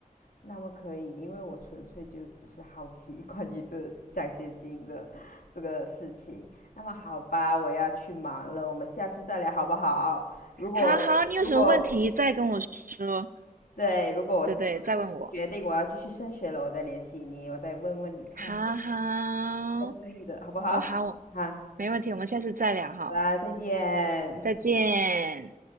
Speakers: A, on the left (about 80°); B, on the right (about 75°).
A: 那么可以，因为我纯粹就只是好奇 <laughs> 关于这奖学金的这个事情。那么好吧，我要去忙了，我们下次再聊好不好？如果如果
B: 好好，你有什么问题再跟我说，
A: 对，如果我
B: 对对，再问我。
A: 决定我要继续升学了，我再联系你，我再问问你看
B: 好好，
A: 要注意的好不好？
B: 哦好，
A: 好，
B: 没问题，我们下次再聊哈，
A: 好啦，再见。
B: 再见。